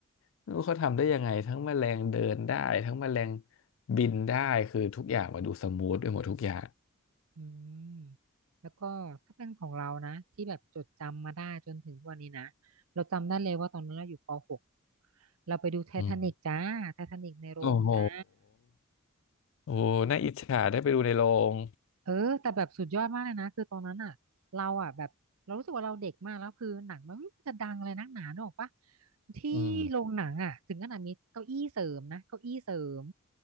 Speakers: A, on the left; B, on the right.
A: ไม่รู้เขาทำได้ยังไงทั้งแมลงเดินได้ทั้งแมลงบินได้คือทุกอย่างมาดูสมูทไปหมดทุกอย่าง
B: อืมแล้วก็ถ้าเป็นของเรานะที่แบบจดจำมาได้จนถึงทุกวันนี้นะเราจำได้เลยว่าตอนนั้นเราอยู่ปหกเราไปดูไททานิกจ้าไททานิกในโรงจ้า
A: อืมโอ้โหโอ้โหน่าอิจฉาได้ไปดูในโรง
B: เออแต่แบบสุดยอดมากเลยนะคือตอนนั้นอ่ะเราอ่ะแบบเรารู้สึกว่าเราเด็กมากแล้วคือหนังมันไม่รู้จะดังอะไรนักหนาเนกออกปะที่โรงหนังอ่ะถึงขนาดมีเก้าอี้เสริมนะเก้าอี้เสริม
A: อืม